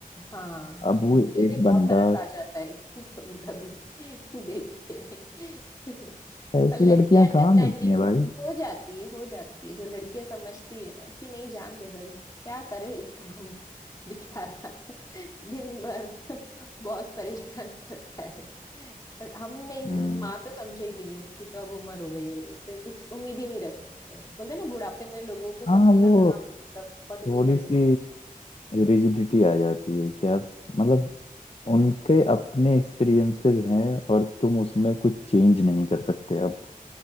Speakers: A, on the left; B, on the left.
A: हाँ
B: अब वो
A: मुझे भी
B: एक
A: बहुत
B: बंदा
A: तरस आ जाता है <laughs> कभी कभी देख के
B: ऐसी
A: पर लड़की
B: लड़कियां
A: अंडरस्टैंडिंग
B: कहाँ मिलती हैं भाई
A: हो जाती है हो जाती है जो लड़कियां समझती है ना कि नहीं जान दे भाई क्या करे इसका हम बेचारा दिन भर बॉस परेशान करता है हम नहीं
B: हम्म
A: माँ तो समझेगी नहीं उसकी तो अब उम्र हो गई है उससे कुछ उम्मीद ही नहीं रख सकते बोलते हैं ना बुढ़ापे में लोगों को समझाना
B: हाँ वो
A: मतलब बहुत डिफिकल्ट
B: थोड़ी सी
A: हो जाता
B: रिजिडिटी आ जाती है क्या
A: है
B: मतलब उनके अपने एक्सपीरियंसेस हैं और तुम उसमें कुछ चेंज नहीं कर सकते अब